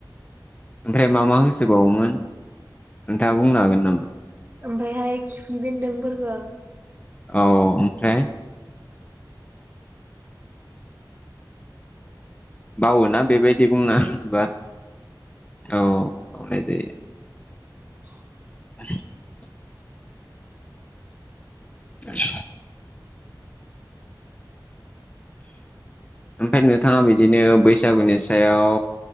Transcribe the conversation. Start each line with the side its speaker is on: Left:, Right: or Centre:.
Left: ओमफ्राय मा मा होसोबावोमोन नोंथाङा बुंनो हागोन नामा?
Right: ओमफायहाय खिफि बेन्दोंफोरखो
Left: औ ओमफ्राय बावोना बेबायदि बुंनो बा औ हनाय जायो।
Right: <inaudible>
Left: <inaudible> <inaudible> ओमफाय नोंथाङा बिदिनो बैसागुनि सायाव